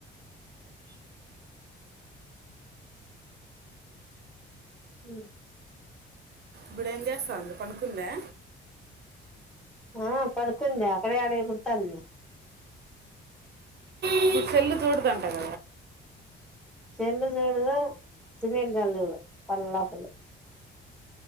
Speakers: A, in the centre; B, on the right (about 55°).
A: ఉ
B: ఇప్పుడు ఏం చేస్తాంది పనుకుందా
A: ఆ పడుకుంది అక్కడే అడ ఎగురుతాంది
B: ఇప్పుడు సెల్ చూడదా గద
A: చెల్ చూడుదు <unintelligible> చూడు పళ్ళ పోగులు